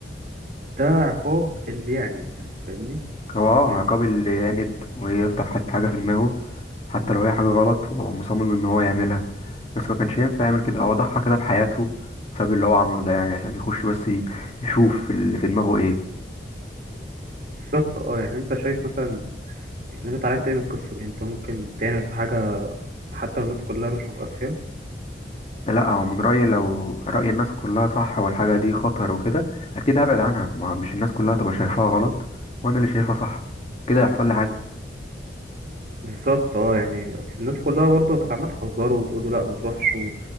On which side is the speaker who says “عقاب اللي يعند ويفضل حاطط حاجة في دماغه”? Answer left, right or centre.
Left